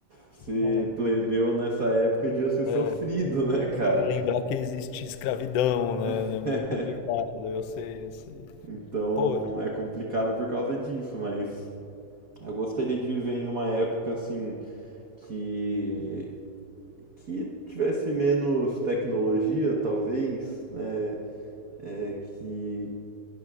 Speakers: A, on the right; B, on the left.
A: ser
B: Ah,
A: plebeu nessa época devia ser sofrido,
B: é,
A: né, cara?
B: tem que lembrar que existe escravidão, né?
A: <laughs>
B: É meio complicado, eu sei, eu sei.
A: Então
B: Pô,
A: é complicado por causa disso, mas eu gostaria de viver em uma época assim que que tivesse menos tecnologia, talvez, né? É, que